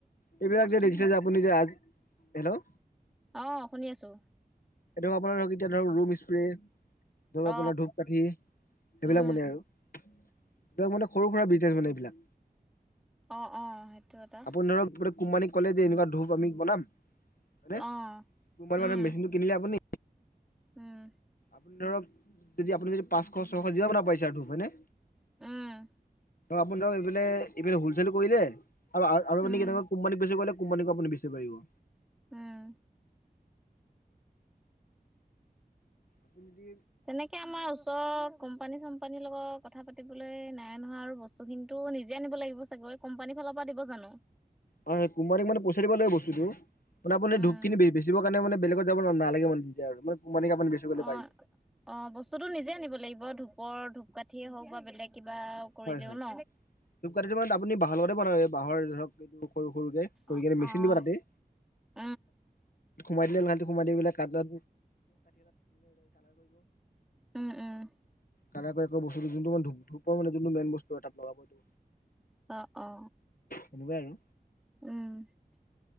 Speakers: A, on the left; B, in the centre.
A: এইবিলাক
B: বস্তু
A: যে দেখিছে যে আপুনি যে আজি হেল্ল'
B: আহ শুনি আছো।
A: এইটো আপোনাৰ ধৰক এতিয়া ধৰক ৰুম স্প্ৰে ধৰক ঘৰত
B: অ
A: জ্বলোৱা ধূপ কঠি সেইবিলাক
B: উম
A: মানে আৰু মানে সৰু সুৰা বিজনেছ মানে এইবিলাক
B: অ অ সেইটো এটা
A: আপুনি ধৰক কোম্পানীক ক'লে যে এনেকুৱা ধূপ আমি বনাম হয়নে,
B: অ
A: কোমপানী
B: উম
A: মানে মেচিনটো কিনিলে আপুনি
B: উম
A: আপুনি ধৰক যদি আপুনি যদি পাঁচশ ছয়শ যিমান বনাব পাৰিছে আৰু ধূপ হয় নে।
B: উম
A: আপুনি ধৰক এইপিনে এইপিনে হলচেল কৰিলে আৰু
B: উম,
A: আপনি কেনেকুৱা কোম্পানী বেচি কৰিলে কোম্পানীক আপুনি বেচিব পাৰিব।
B: উম।
A: আপুনি যদি
B: তেনেকে আমাৰ ওচৰ কোম্পানী চম্পানীৰ লগত কথা পাতিবলৈ নাই নহয় আৰু বস্তুখিনিতো নিজে আনিব লাগিব চাগে। কোম্পানী ফালৰ পৰা দিব জানো।
A: হয় কম্পেনী মানে পইচাই দিব লাগে বস্তুটো মানে
B: উম,
A: ধূপ খিনি বেচিব কাৰণে বেলেগত যাব নে- নালাগে মানে তেতিয়া। কোম্পানীক আপুনি বেচিব
B: অ
A: পাৰিব।
B: অ বস্তুতটো নিজে আনিব লাগিব ধূপৰ ধূপকাঠিয়ে হওক বা বেলেগ। কিবা কৰিলেও
A: হয় হয়।
B: ন?
A: ধূপ কাঠিটো মানে আপুনি বাঁহৰ লগতে বনায় এই বাঁহৰ ধৰক এইটো সৰু সৰুকে- কৰি
B: অ',
A: কিনে মেচিন
B: অ',
A: দিবা তাতে।
B: <inaudible>
A: সোমাই দিলোহতি সোমাই দিবিলাক কাঠি, দাল
B: উম উম
A: কেনেকৈ এক বস্তু যোনটো মান ধূপ ধূপ মানে যোনটো মেইন বস্তু তাত লগাব এইটো।
B: অ অ
A: তেনেকুৱাই আৰু।
B: উম